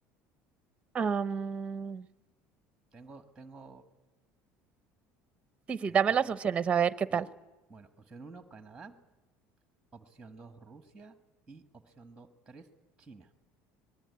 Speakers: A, on the right (about 20°); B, in the centre.
A: Am,
B: Tengo, tengo,
A: sí, sí,
B: eh,
A: dame
B: op-
A: las opciones, a ver qué tal.
B: bueno, bueno, opción uno, Canadá, opción 2, Rusia y opción do- 3, China.